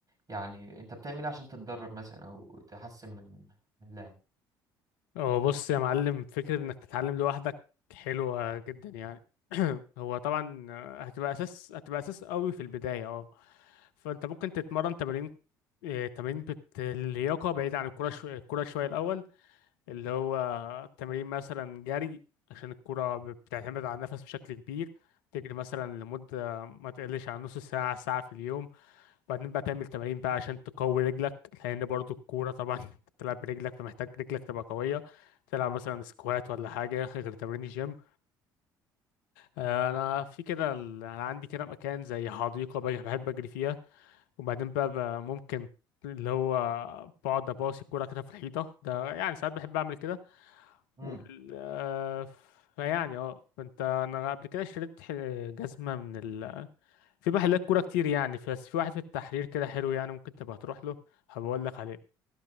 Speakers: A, on the right; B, on the left.
A: يعني انت بتعمل ايه عشان تتدرب مثلا او تحسن من من اللعب
B: هو بص يا معلم فكره انك تتعلم لوحدك حلوه جدا يعني <clears throat> هو طبعا آه، هتبقى اساس هتبقى اساس قوي في البدايه اه فانت ممكن تتمرن تمارين آه، تمارين بت... اللياقه بعيد عن الكوره شو... الكوره شويه الاول اللي هو تمرين مثلا جري عشان الكرة بتعتمد على النفس بشكل كبير تجري مثلا لمدة ما تقلش عن نص ساعة ساعة في اليوم بعدين بقى تعمل تمارين بقى عشان تقوي رجلك لأن برضو الكورة طبعا <laughs> أنت بتلعب برجلك فمحتاج رجلك تبقى قوية تلعب مثلا سكوات ولا حاجة غير تمرين الجيم آه، أنا في كده ال- أنا عندي كده مكان زي حديقة بقى- بحب أجري فيها وبعدين بقى, بقى ممكن اللي هو بقعد اباصي الكوره كده في الحيطه ده يعني ساعات بحب اعمل كده
A: امم
B: وال... آه، فيعني اه فانت انا قبل كده اشتريت ح- جزمه من ال... في محلات كوره كتير يعني بس في واحد في التحرير كده حلو يعني ممكن تبقى تروح له هبقول لك عليه